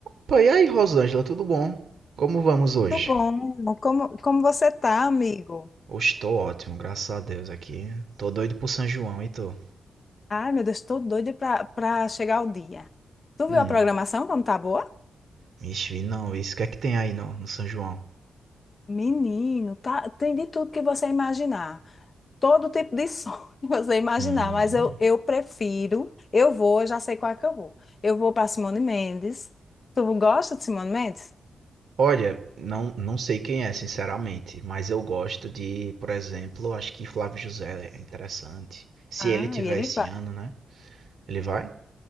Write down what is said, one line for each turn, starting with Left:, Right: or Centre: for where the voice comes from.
Right: Pô, e aí, Rosângela, tudo bom? Como vamos hoje?
Left: Tudo bom? Como, como você tá, amigo?
Right: Hoje tô ótimo, graças a Deus aqui. Tô doido pro São João e tô.
Left: Ai, meu Deus, tô doida pra, pra chegar o dia. Tu
Right: Hum,
Left: viu a programação como tá boa?
Right: vixe, vi não, isso o que é que tem aí no, no São João?
Left: Menino, tá, tem de tudo que você imaginar. Todo tipo de som <laughs> que você imaginar,
Right: Hum.
Left: mas eu, eu prefiro, eu vou, eu já sei qual é que eu vou. Eu vou pra Simone Mendes. Tu gosta de Simone Mendes?
Right: Olha, não, não sei quem é, sinceramente, mas eu gosto de, por exemplo, acho que Flávio José é interessante. Se
Left: Ah,
Right: ele tiver
Left: e ele
Right: esse
Left: vai.
Right: ano, né? Ele vai?